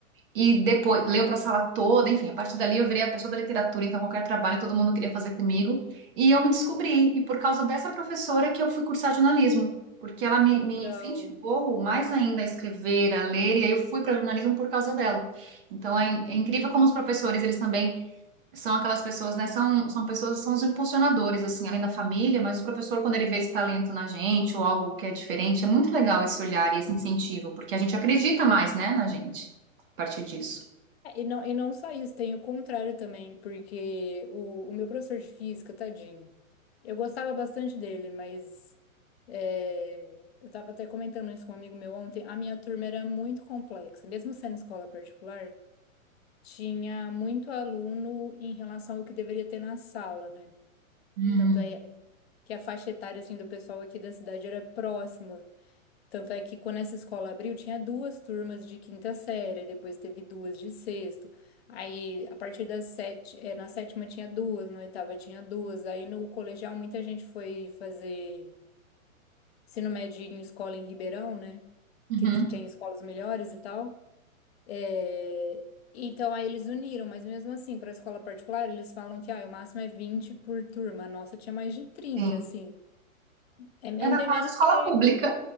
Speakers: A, on the right (about 40°); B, on the left (about 50°).
A: E depois leu para a sala toda, enfim, a partir dali eu virei a pessoa da literatura, então qualquer trabalho todo mundo queria fazer comigo. E eu me descobri, e por causa dessa professora que eu fui cursar jornalismo, porque ela me,
B: Ah, que
A: me
B: legal.
A: incentivou mais ainda a escrever, a ler, e aí eu fui para jornalismo por causa dela. Então é, in- é incrível como os professores, eles também são aquelas pessoas, né? São, são pessoas, são os impulsionadores, assim, além da família, mas o professor, quando ele vê esse talento na gente ou algo que é diferente, é muito legal esse olhar e esse incentivo, porque a gente acredita mais, né, na gente, a partir disso.
B: É, E não, e não só isso, tem o contrário também, porque o, o meu professor de física, tadinho, eu gostava bastante dele, mas é, eu estava até comentando isso com um amigo meu ontem, a minha turma era muito complexa, mesmo sendo escola particular, tinha muito aluno em relação ao que deveria ter na sala, né?
A: Hum.
B: Tanto é que a faixa etária assim, do pessoal aqui da cidade era próxima. Tanto é que quando essa escola abriu, tinha duas turmas de quinta série, depois teve duas de sexto. Aí, a partir das sete, eh, na sétima tinha duas, na oitava tinha duas. Aí, no colegial, muita gente foi fazer ensino médio em escola em Ribeirão, né?
A: Uhum.
B: Que t- tem escolas melhores e tal. Eh, Então, aí eles uniram, mas mesmo assim, para a escola particular, eles falam que ah, o máximo é 20 por turma. A nossa tinha mais de trinta
A: Sim.
B: assim. É, ainda
A: É da quase
B: é menos
A: escola
B: que a
A: pública.